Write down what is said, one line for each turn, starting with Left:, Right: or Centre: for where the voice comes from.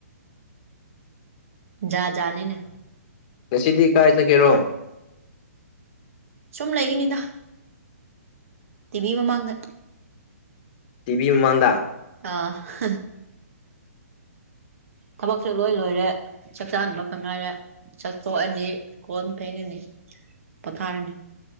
Right: ꯖꯥꯠ ꯖꯥꯠꯅꯤꯅꯦ
Left: ꯉꯁꯤꯗꯤ ꯀꯥꯏ ꯆꯠꯀꯦꯔꯣ
Right: ꯁꯨꯝ ꯂꯩꯔꯤꯅꯤꯗ ꯇꯤ ꯚꯤ ꯃꯃꯥꯡꯗ
Left: ꯇꯤ ꯚꯤ ꯃꯃꯥꯡꯗ
Right: ꯑ ꯊꯕꯛꯁꯨ ꯂꯣꯏ ꯂꯣꯏꯔꯦ ꯆꯥꯛ ꯆꯥꯍꯟꯕ ꯈꯛ ꯉꯥꯏꯔꯦ ꯆꯥꯛ ꯇꯣꯛꯑꯅꯤ ꯀꯣꯟ ꯐꯦꯡꯉꯅꯤ ꯄꯣꯊꯥꯔꯅꯤ